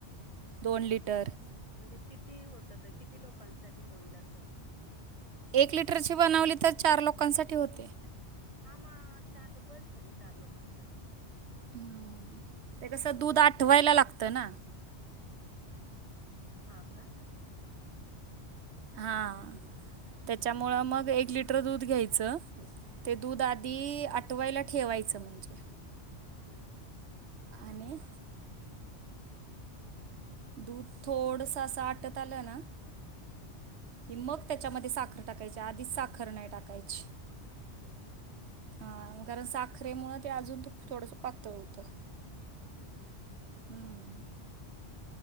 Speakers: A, on the right (about 70°); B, on the right (about 30°).
A: दोन लिटर
B: म्हणजे किती होतं, तर किती लोकांसाठी होईल असं?
A: एक लिटरची बनवली तर चार लोकांसाठी होते
B: हा मग चारला बस झाली चार लोकांसाठी.
A: हं ते कसं दूध आठवायला लागतं ना.
B: हा का
A: हां त्याच्यामुळं मग एक लिटर दूध घ्यायचं. ते दूध आधी आठवायला ठेवायचं म्हणजे.
B: हम्म
A: आणि दूध थोडसं असं आटत आलं ना, की मग
B: हं.
A: त्या त्याच्यामध्ये साखर टाकायची आधीच साखर नाही टाकायची
B: डोके
A: हा कारण साखरेमुळं ते अजून थोडंसं पातळ होतं.
B: हम्म हम्म.
A: हम्म